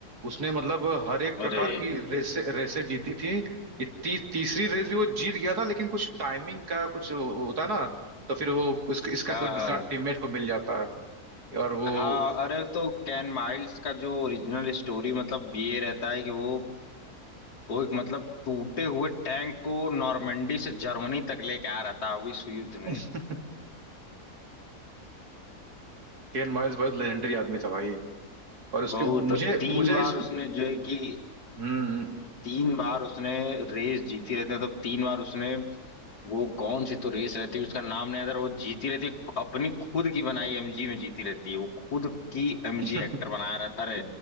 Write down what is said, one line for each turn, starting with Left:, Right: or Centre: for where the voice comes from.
Right: उसने मतलब हर एक प्रकार
Left: अरे
Right: की रेसे रेसे जीती थी ये ती, तीसरी रेस भी वो जीत गया था लेकिन कुछ टाइमिंग का कुछ होता है ना तो फिर वो इस, इसका
Left: हाँ
Right: कोई दूसरा
Left: हाँ
Right: टीममेट को मिल जाता है और वो
Left: हाँ अरे तो कैन माइल्स का जो ओरिजिनल स्टोरी मतलब ये रहता है कि वो वो एक मतलब टूटे हुए टैंक को नॉर्मंडी से जर्मनी तक लेके आ रहा था अभी इस युद्ध में
Right: <laughs>
Left: <laughs>
Right: केन माइल्स बहुत लेजेंडरी आदमी था भाई और उसके
Left: बहुत तो
Right: मुझे
Left: तीन
Right: मुझे
Left: बार
Right: इस
Left: उसने जो है कि
Right: हम्म
Left: तीन बार उसने रेस जीती रहती है मतलब तीन बार उसने वो कौन सी तो रेस रहती है उसका नाम नहीं आता वो जीती रहती है अपनी खुद की बनाई एमजी में जीती रहती है वो खुद की एमजी
Right: <laughs>
Left: हेक्टर बनाया रहता अरे